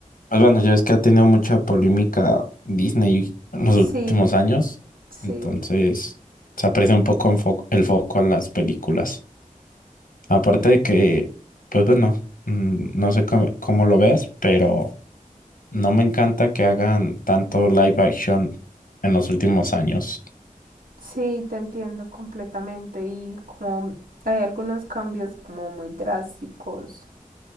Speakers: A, on the left (about 75°); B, on the right (about 80°).
A: pues bueno, ya es que ha tenido mucha polémica Disney en los
B: Sí,
A: últimos años,
B: sí,
A: entonces se aprecia un poco en fo- el foco a las películas. Aparte de que, pues bueno, mm, no sé cómo, cómo lo veas, pero... No me encanta que hagan tanto live action en los últimos años.
B: sí, te entiendo completamente. Y como hay algunos cambios como muy drásticos,